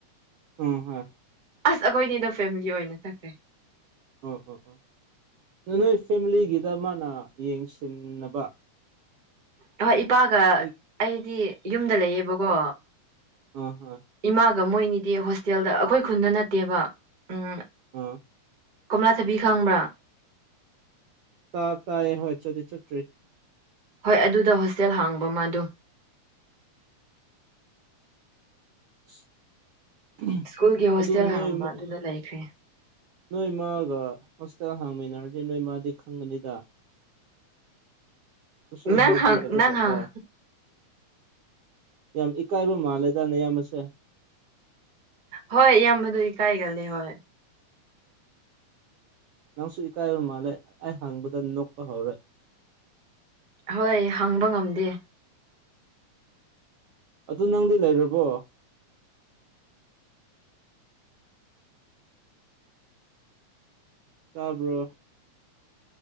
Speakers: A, on the right (about 75°); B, on the right (about 30°).
A: ꯎꯝ ꯍꯣꯏ
B: ꯑꯁ ꯑꯩꯈꯣꯏꯅꯤꯗꯣ ꯐꯦꯃꯤꯂꯤ ꯑꯣꯏꯅ ꯆꯠꯈ꯭ꯔꯦ
A: ꯑꯣ ꯑꯣ ꯑꯣ ꯅꯣꯏ ꯐꯦꯃꯤꯂꯤꯒꯤꯗ ꯃꯥꯅ ꯌꯦꯡꯁꯤꯟꯅꯕ
B: ꯍꯍꯣꯏ ꯏꯄꯥꯒ
A: ꯑꯩ
B: ꯑꯩꯗꯤ ꯌꯨꯝꯗ ꯂꯩꯌꯦꯕꯀꯣ
A: ꯎꯝ ꯍꯝ
B: ꯏꯃꯥꯒ ꯃꯣꯏꯅꯤꯗꯤ ꯍꯣꯁꯇꯦꯜꯗ ꯑꯩꯈꯣꯏ ꯈꯨꯟꯗ ꯅꯠꯇꯦꯕ ꯎꯝ
A: ꯑꯥ
B: ꯀꯣꯝꯂꯥ ꯊꯕꯤ ꯈꯪꯕ꯭ꯔꯥ
A: ꯇ ꯇꯑ ꯍ ꯆꯗꯤ ꯆꯇ꯭ꯔꯤ
B: ꯍꯣꯏ ꯑꯗꯨꯗ ꯍꯣꯁꯇꯦꯜ ꯍꯥꯡꯕ ꯑꯃꯗꯣ
A: <inaudible>
B: ꯁ꯭ꯀꯨꯜꯒꯤ ꯍꯣꯁꯇꯦꯜ
A: ꯑꯗꯨ ꯅꯣꯏ
B: ꯍꯥꯡꯕ ꯑꯗꯨꯗ ꯂꯩꯈ꯭ꯔꯦ
A: ꯅꯣꯏ ꯃꯥꯒ ꯍꯣꯁꯇꯦꯜ ꯍꯥꯡꯃꯤꯟꯅꯔꯗꯤ ꯅꯣꯏ ꯃꯥꯗꯤ ꯈꯪꯒꯅꯤꯗ ꯇꯁꯨ
B: ꯅꯪ
A: ꯍꯥꯏꯕꯤꯗꯕ
B: ꯍꯪ ꯅꯪ
A: ꯖꯠ꯭ꯔꯥ
B: ꯍꯪ
A: ꯌꯥꯝ ꯏꯀꯥꯏꯕ ꯃꯥꯜꯂꯦꯗꯅꯦ ꯌꯥꯝ ꯃꯁꯦ
B: ꯍꯣꯏ ꯏꯌꯥꯝꯕꯗꯗꯤ ꯀꯥꯏꯒꯂꯦ ꯍꯣꯏ
A: ꯅꯪꯁꯨ ꯏꯀꯥꯏꯕ ꯃꯥꯜꯂꯦ ꯑꯩ ꯍꯪꯕꯗ ꯅꯣꯛꯄ ꯍꯧꯔꯦ
B: ꯍꯣꯏ ꯍꯪꯕ ꯉꯝꯗꯦ
A: ꯑꯗꯨ ꯅꯪꯗꯤ ꯂꯩꯔꯕꯣ ꯇꯥꯕ꯭ꯔꯣ